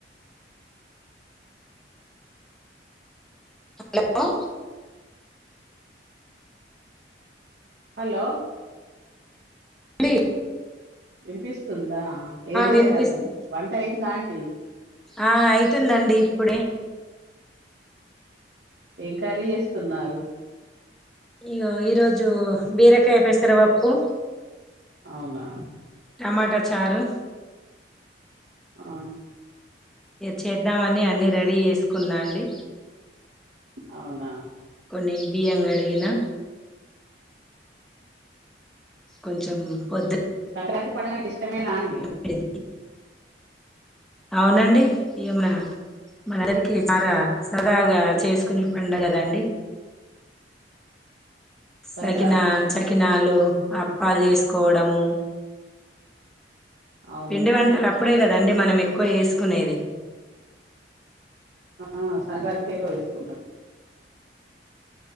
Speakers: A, in the centre; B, on the right (about 65°).
A: hello
B: hello
A: డి
B: వినిపిస్తుందా ఏడి
A: వినిపిస్తు
B: అది వంట అయిందా అండి
A: ఆ అయితుందండి ఇప్పుడే
B: ఏంకర్రీ చేస్తున్నారు
A: ఇయ్యో ఈరోజు బీరకాయ పెసర పప్పు
B: అవునా
A: టమాటా చారు
B: ఆ
A: చేద్దామని అన్నీ రెడీ చేసుకున్నా అండి
B: అవునా
A: కొన్ని బియ్యం కడిగిన కొంచెం పొద్ద
B: సంక్రాంతి పండగంటే ఇష్టమేనా అండి
A: పిండి. అవునండి ఏమనా మనందరికి చాలా సదాగా చేసుకునే పండగ గదా అండి సకినా
B: సంక్రాంతి
A: చకినాలు అప్పాలు చేసుకోవడము
B: అవును
A: పిండి వంటలు అప్పుడే కదా అండి మనం ఎక్కువ వేసుకునేది
B: ఆ సంక్రాంతికే ఎక్కువ వేసుకుంటాం